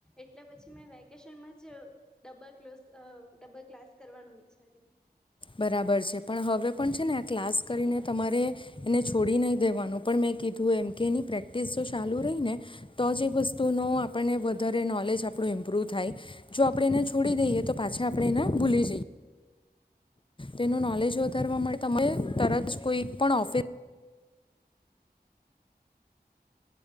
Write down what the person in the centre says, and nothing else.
એટલે પછી મેં વેકેશનમાં જ ડબલ ક્લસ ડબલ ક્લાસ કરવાનું વિચાર્યું.